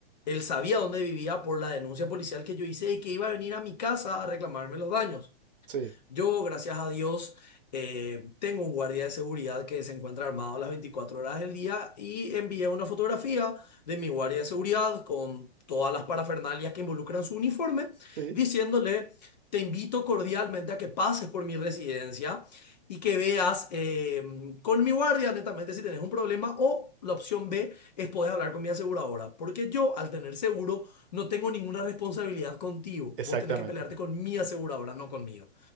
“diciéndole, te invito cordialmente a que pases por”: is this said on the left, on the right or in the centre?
Left